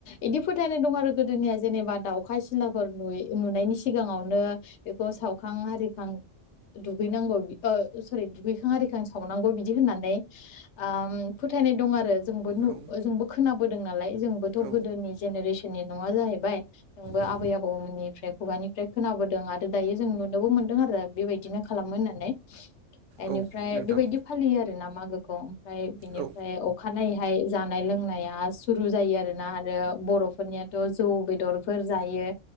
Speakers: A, on the left (about 70°); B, on the right (about 80°).
A: इदि फोथायनाय दं आरो गोदोनिया जेनेबा दाउखा सिलाफोर नुयै नुनायनि सिगां सिगाङावनो बेखौ सावखां आरिखां दुगैनांगौ ओ सरि दुगैखां आरिखां सावनांगौ बिदि होननानै ओम फोथायनाय दं आरो। जोंबो
B: औ
A: जोंबो खोनाबोदों नालाय जोंबोथ'
B: औ
A: गोदोनि जेनेरेसननि नङा जाहैबाय जोंबो
B: औ
A: आबै आबौमोननिफ्राय खुगानिफ्राय खोनाबोदों आरो दायो जों नुनोबो मोनदों आरो। बेबायदिनो खालामो होननानै एनिफ्राय
B: औ नोंथां
A: बेबायदि फालियो आरो ना मागोखौ ओमफ्राय बिनिफ्राय
B: औ
A: अखानायनायै बेहाय जानाय लोंनाया सुरु जायो आरोना आरो बर'फोरनियाथ' जौ बेदरफोर जायो।